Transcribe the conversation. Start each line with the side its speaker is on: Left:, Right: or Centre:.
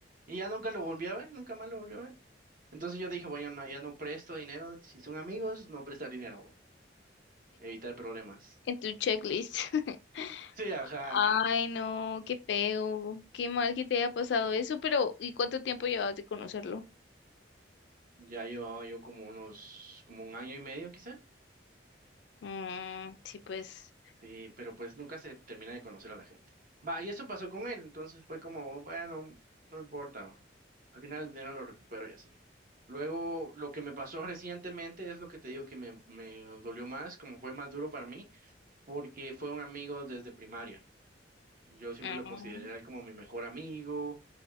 Right: Y ya nunca lo volví a ver, nunca más lo volví a ver. Entonces yo dije, bueno, no, ya no presto dinero, si son amigos, no prestar dinero, evitar problemas.
Left: En tu checklist. <laughs>
Right: Sí, ajá,
Left: Ay, no, qué feo, qué mal que te haya pasado eso, pero ¿y cuánto tiempo llevas de conocerlo?
Right: ya llevaba yo como unos, como un año y medio quizá.
Left: Mm, sí, pues.
Right: Sí, pero pues nunca se termina de conocer a la gente. Va, y eso pasó con él, entonces fue como, bueno, no importa. Al final el dinero lo recupero y así. Luego, lo que me pasó recientemente es lo que te digo que me, me dolió más, como fue más duro para mí, porque fue un amigo desde primaria. Yo siempre
Left: mm,
Right: lo consideré a él como mi mejor amigo,